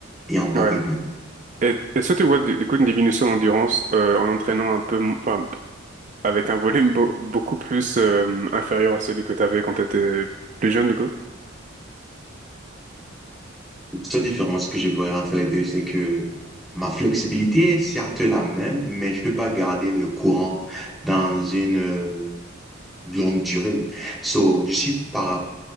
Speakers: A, in the centre; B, on the right.
A: et en bon
B: ouais.
A: rythme.
B: Et est-ce que tu vois du, du coup une diminution d'endurance euh, en entraînant un peu, mo- enfin avec un volume beau- beaucoup plus euh, inférieur à celui que t'avais quand t'étais plus jeune du coup?
A: La seule différence que je vois entre les deux, c'est que ma flexibilité est certes la même, mais je peux pas garder le courant dans une euh, longue durée. So, je suis par